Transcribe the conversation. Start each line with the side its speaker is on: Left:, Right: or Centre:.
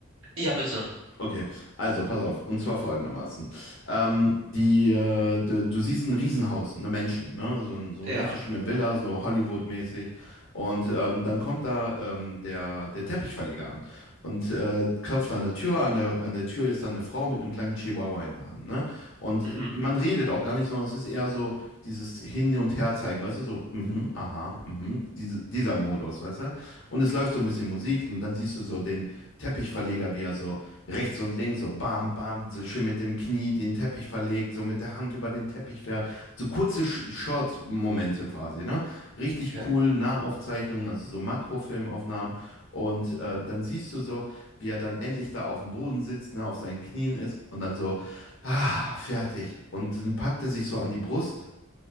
Right: Ja, bitte.
Left: Okay, also pass auf. Und zwar folgendermaßen. Ähm, die, äh, du, du siehst ein Riesenhaus, eine Menschen, ne? So, ein, so eine
Right: Ja.
Left: richtig schöne Villa, so Hollywood-mäßig. Und ähm, dann kommt da ähm, der, der Teppichverleger an und äh, klopft an der Tür. An der, an der Tür ist dann eine Frau mit einem kleinen Chihuahua in der Hand, ne? Und
Right: Mhm.
Left: man redet auch gar nicht, sondern es ist eher so dieses Hin- und Herzeigen, weißt du? So, mhm, aha, mhm, diese, dieser Modus, weißt du? Und es läuft so ein bisschen Musik und dann siehst du so den Teppichverleger, wie er so rechts und links so bam, bam, so schön mit dem Knie den Teppich verlegt, so mit der Hand über den Teppich fährt. So kurze Sh- Short-Momente quasi, ne? Richtig
Right: Okay.
Left: cool, Nahaufzeichnungen, also so Makrofilmaufnahmen. Und äh, dann siehst du so, wie er dann endlich da auf dem Boden sitzt, ne, auf seinen Knien ist und dann so, ah, fertig. Und dann packt er sich so an die Brust